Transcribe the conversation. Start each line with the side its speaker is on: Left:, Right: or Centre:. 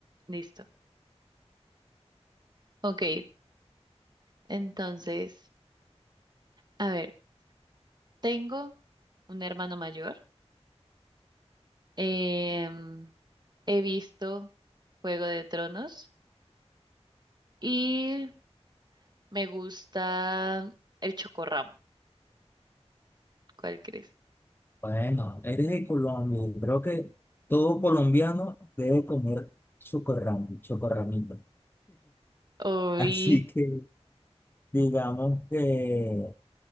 Right: listo. Ok, entonces, a ver, tengo. un hermano mayor. Em, he visto Juego de Tronos y me gusta El Chocorramo. ¿Cuál crees?
Left: Bueno, eres de Colombia. Creo que todo colombiano debe comer chocorramo, chocorramito.
Right: Uy,
Left: <laughs> Así que digamos que